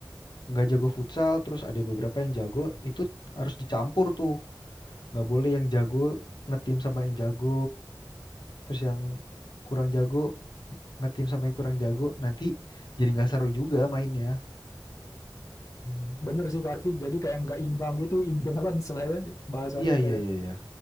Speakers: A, on the left; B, on the left.
A: nggak jago futsal, terus ada beberapa yang jago, itu harus dicampur tuh. Nggak boleh yang jago ngetim sama yang jago, terus yang kurang jago ngetim sama yang kurang jago. Nanti jadi nggak seru juga mainnya. Hmm.
B: bener sih Karvi. Jadi kayak nggak imbang gitu, imbalance lah ya bahasanya
A: Iya iya
B: kayak.
A: iya iya.